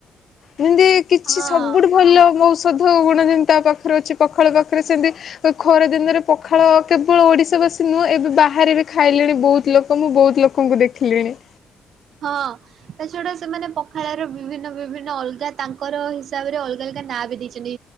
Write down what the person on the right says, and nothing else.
ହଁ।
ହଁ। ତା ଛଡା ସେମାନେ ପଖାଳର ବିଭିନ୍ନ ବିଭିନ୍ନ ଅଲଗା ତାଙ୍କର ହିସାବରେ ଅଲଗା ଅଲଗା ନାଁ ବି ଦେଇଚନ୍ତି